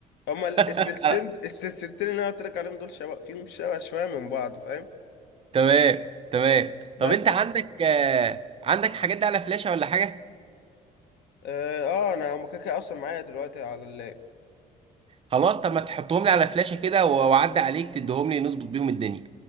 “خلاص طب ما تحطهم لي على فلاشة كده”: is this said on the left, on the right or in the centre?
Right